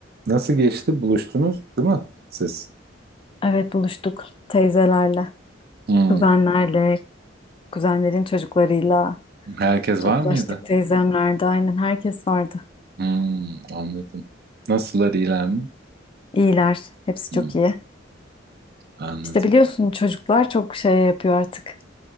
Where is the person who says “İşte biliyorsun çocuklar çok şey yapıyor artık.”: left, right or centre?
Left